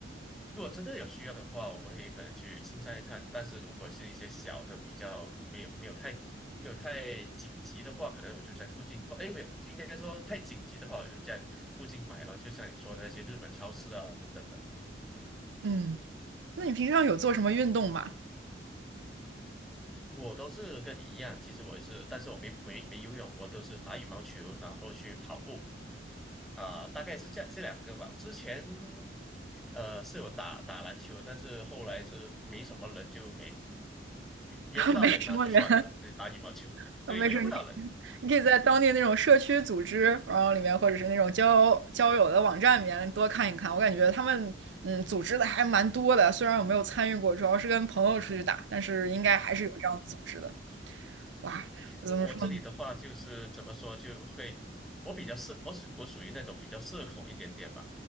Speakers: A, in the centre; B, on the right.
A: 如果真的有需要的话，我会可能去新山一趟。但是如果是一些小的，比较没有没有太没有太紧急的话，可能我就在附近或哎没有，应该说太紧急的话，我就在附近买了。就像你说的那些日本超市啊等等的。
B: 嗯。那你平常有做什么运动吗？
A: 我都是跟你一样，其实我也是，但是我没没没游泳，我都是打羽毛球，然后去跑步，啊、大概是这这两个吧。之前，呃，是有打打篮球，但是后来就是没什么人，就没约不到人，
B: <laughs> 没什么人，
A: 那就算的了，那就打羽毛球。
B: <laughs>
A: 对，
B: 没事，
A: 约不到人。
B: 你你可以在当地那种社区组织，然后里面或者是那种交交友的网站里面多看一看。我感觉他们嗯组织的还蛮多的，虽然我没有参与过，主要是跟朋友出去打，但是应该还是有这样组织的。哇，怎么说？
A: 我我这里的话就是怎么说，就会我比较社，我属我属于那种比较社恐一点点吧，